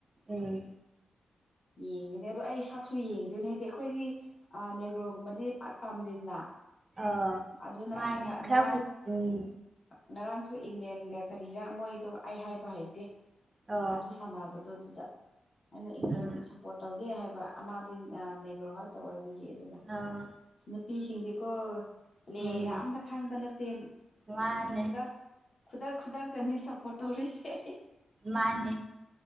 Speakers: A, on the right; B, on the left.
A: ꯎ
B: ꯌꯦꯡꯒꯅꯤ ꯑꯗꯣ ꯑꯩ ꯁꯛꯁꯨ ꯌꯦꯡꯗꯣꯏꯅꯦ ꯍꯥꯏꯗꯤ ꯑꯩꯈꯣꯏꯗꯤ ꯅꯦꯒ꯭ꯔꯣꯒꯨꯝꯕꯗꯤ ꯄꯥꯛꯠ ꯄꯥꯝꯗꯦꯗꯅ
A: ꯑ
B: ꯑꯗꯨꯅ
A: ꯃꯥꯥꯟ
B: ꯑꯩ
A: ꯈꯔꯐ
B: ꯉꯔꯥꯡ
A: ꯎꯝ
B: ꯉꯔꯥꯡꯁꯨ ꯏꯪꯂꯦꯟꯒ ꯀꯔꯤꯔꯥ ꯃꯣꯏꯗꯣ ꯑꯩ ꯍꯥꯏꯕ ꯍꯩꯇꯦ
A: ꯑꯣ
B: ꯑꯗꯨ ꯁꯥꯟꯅꯕꯗꯣ ꯑꯗꯨꯗ ꯑꯩꯅ ꯏꯪꯂꯦꯟ
A: ꯎꯝ
B: ꯁꯞꯄꯣꯔꯠ ꯇꯧꯒꯦ ꯍꯥꯏꯕ ꯑꯃꯗꯤꯗꯤ ꯅꯦꯒ꯭ꯔꯣ ꯉꯥꯛꯇ ꯑꯣꯏꯕꯒꯤ ꯑꯗꯨꯒ
A: ꯑꯥ
B: ꯅꯨꯄꯤꯁꯤꯡꯗꯤꯀꯣ ꯄ꯭ꯂꯦꯒ
A: ꯎꯝ
B: ꯑꯝꯇ ꯈꯪꯕ ꯅꯠꯇꯦ
A: ꯃꯥꯅꯦ
B: ꯈꯨꯗꯛ ꯈꯨꯗꯛ ꯈꯨꯗꯛꯇꯅꯦ ꯁꯞꯄꯣꯔꯠ ꯇꯧꯔꯤꯁꯦ
A: ꯃꯥꯅꯦ